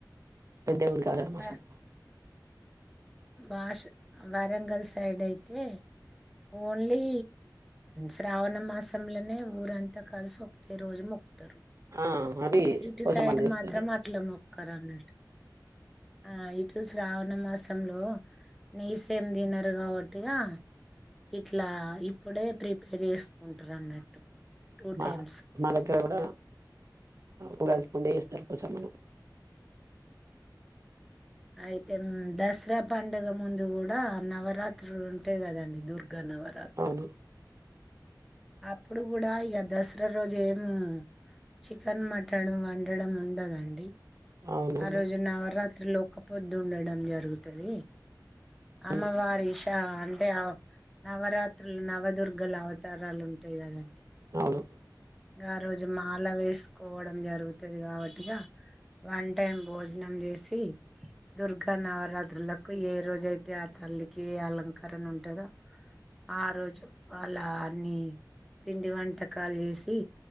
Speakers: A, on the right; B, in the centre.
A: పెద్ద దేవునికి ఆషాఢ మాసం
B: నా. భాష వరంగల్ సైడైతే. ఓన్లీ శ్రావణ మాసంలనే ఊరంతా కలిసి ఒకటే రోజు మొక్కుతారు.
A: ఆ. అది
B: ఇటు
A: పోచమ్మ
B: సైడ్
A: చేస్తారు
B: మాత్రం అట్ల మొక్కరు అన్నటు ఆ ఇటు శ్రావణ మాసంలో నీస్ ఏం తినరు కాబట్టిగా ఇట్లా ఇప్పుడే ప్రిపేర్ చేసుకుంటారు అన్నట్టు టూ
A: మ
B: టైమ్స్
A: మా దగ్గర కూడా ఉగాదికి ముందే చేస్తరు పోచమ్మని
B: అయితే దసరా పండుగ ముందు గూడ నవరాత్రులు ఉంటాయ్ కదండి దుర్గ ఘ నవరాత్రి
A: అవును
B: అప్పుడు కూడా ఈగ దసరా రోజు ఏం చికెన్ మటన్ వండడం ఉండదండి
A: అవునవును
B: ఆ రోజు నవరాత్రిలో ఒక్కపొద్దుండడం జరు జరుగుతాది
A: హ్మ్.
B: అమ్మవారి ఇ అంటే నవరాత్రులు నవదుర్గల అవతారాలు ఉంటాయి కదా
A: అవును
B: గారోజు మాల వేసుకోవడం జరుగుతది కాబట్టిగా వన్ టైం భోజనం చేసి దుర్గా నవరాత్రులకు ఏ రోజయితే ఆ తల్లికి అలంకరణ ఉంటదో ఆ రోజు అలా నీ పిండి వంటకాలు చేసి